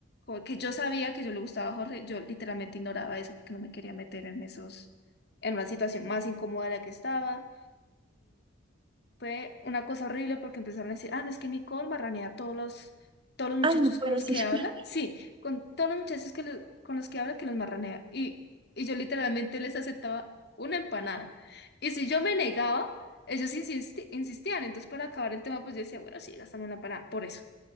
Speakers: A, on the left (about 60°); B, on the right (about 25°).
A: yo- que yo sabía que yo le gustaba a Jorge, yo literalmente ignoraba eso porque no me quería meter en esos, en una situación más incómoda de la que estaba fue una cosa horrible porque empezaron a decir, ah, no, es que Nicole marranea a todos los, todos los muchachos
B: Ay, no puede
A: con los
B: ser.
A: que habla.
B: <laughs>
A: Sí, con todos los muchachos que lo- con los que habla que los marranea. Y, y yo literalmente les aceptaba una empanada. Y si yo me negaba, ellos insisti- insistían. Entonces, para acabar el tema, pues yo decía, bueno, sí, gástame una empanada, por eso.